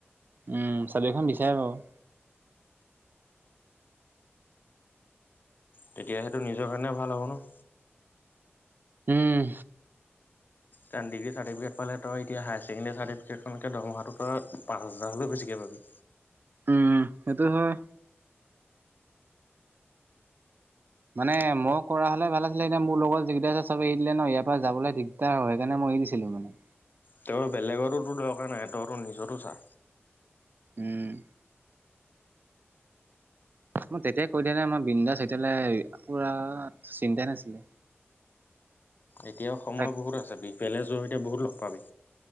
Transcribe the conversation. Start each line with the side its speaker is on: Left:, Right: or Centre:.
Right: উম, চালিও এখন বিচাৰে বাৰু।
Left: তেতিয়া তোৰ নিজৰ কাৰণে ভাল হ'ব ন'।
Right: উম।
Left: কাৰণ ডিগ্ৰী চাৰ্টিফিকেট পালে তই এতিয়া হায় ছেকেণ্ডেৰি ৰ্টিফিকেখনতকে দৰমহাটো তই পাঁচ হাজাৰ হলেও বেছি পাবি।
Right: উম, সেইটো হয়। মানে মই কৰা হ'লে ভাল আছিলে, এতিয়া মোৰ লগত যি কেইটা আছে চবে এৰি দিলে ন', ইয়াৰ পৰা যাবলৈ দিগ্ দাৰ হয়, সেইকাৰণে মই এৰি দিছিলোঁ মানে।
Left: তোৰ বেলেগৰতো তোৰ দৰকাৰ নাই, তই তোৰ নিজৰ তো চা।
Right: উম। মই তেতিয়াই কৈ দিয়া হ'লে মই বিন্দাছ এতিয়ালে, পুৰা চিন্তাই নাছিলে।
Left: এতিয়াও সময়
Right: তাক
Left: বহুত আছে, বিহপুৰিয়ালে যোৱাও এতিয়া বহুত লগ পাবি।